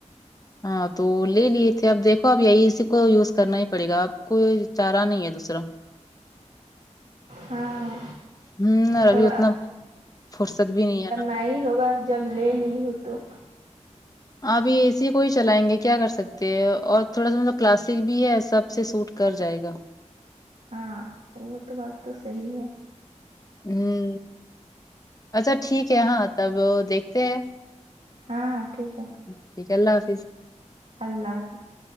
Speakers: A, on the left; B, on the right.
A: ہاں تو لے لیے تھے اب دیکھو اب یہی اسی کو یوز کرنا ہی پڑے گا آپ کو چارہ نہیں ہے دوسرا
B: ہاں
A: ہ
B: تھوڑا
A: ابھی اتنا فرصت بھی نہیں ہے نا
B: نہیں ہوگا جب لے لی ہوں تو
A: ابھی اے سی کو ہی چلائیں گے کیا کر سکتے ہیں اور تھوڑا سا مطلب کلاسک بھی ہے سب سے سوٹ کر جائے گا
B: ہاں وہ تو بات تو صحیح ہے
A: ہ اچھا ٹھیک ہے ہاں تب دیکھتے ہیں
B: ہاں ٹھیک ہے
A: ہاں ٹھیک ہے اللہ حافظ
B: اللہ حافظ